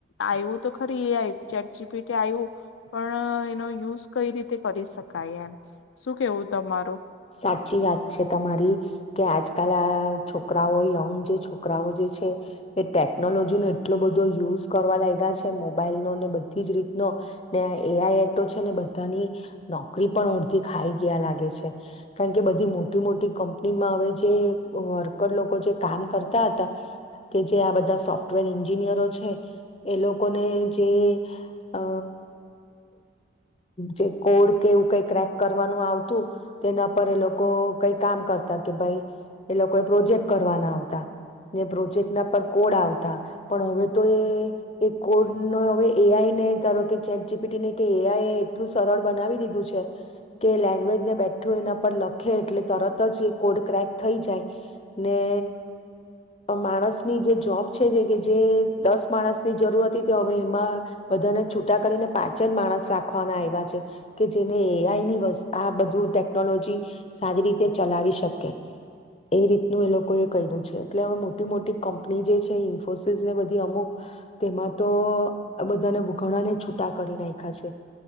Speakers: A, on the left; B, on the left.
A: આવું તો ખરી A I chat G PT આવ્યું પણ એનો યુઝ કઈ રીતે કરી શકાય? એમ શું કેવું તમારું?
B: સાચી વાત છે તમારી કે આજકાલ આ છોકરાઓ યંગ જે છોકરાઓ જે છે એ ટેકનોલોજી નો એટલો બધો યુઝ કરવા લાગ્યા છે. મોબાઈલ નો ને બધી જ રીતનો ને એ આઈ એ તો છે ને બધાની નોકરી પણ અડધી ખાઈ ગીયા લાગે છે. કારણ કે બધી મોટી મોટી કંપનીમાં હવે જે વર્કર લોકો જે કામ કરતા હતા, કે જે આ બધા સોફ્ટવેર એન્જિનિયરો છે. એ લોકોને જે અ જે કોડ કે એવું કઈ ક્રેક કરવાનું આવતું તેના પર એ લોકો કંઈ કામ કરતા કે ભાઈ, એ લોકો એ પ્રોજેક્ટ કરવાના આવતા. ને પ્રોજેક્ટ ના પર કોડ આવતા. પણ હવે તો એ એ કોડ ન હવે એ આઈ ને ધારો કે ચેટ જી પીટી ને કે એઆઈ એ એટલું સરળ બનાવી દીધું છે કે લેંગ્વેજને બેંગ બધું એના પર લખે એટલે તરત જ એ કોડ ક્રેક થઈ જાય ને માણસની જે જોબ છે જે કે જે દસ માણસની જરૂર હતી તે હવે એમાં બધાને છૂટા કરીને પાંચ જ માણસ રાખવાના આવ્યા છે. કે જેને એ આઈની વ આ બધું ટેકનોલોજી ટેકનોલોજી સારી રીતે ચલાવી શકે એ રીતનું એ લોકો એ કર્યું છે. એટલે હવે મોટી મોટી કંપની જે છે. ઇન્ફોસિસ ને બધી અમુક તેમાં તો બધાને ઘણાને છૂટા કરી નાખ્યા છે.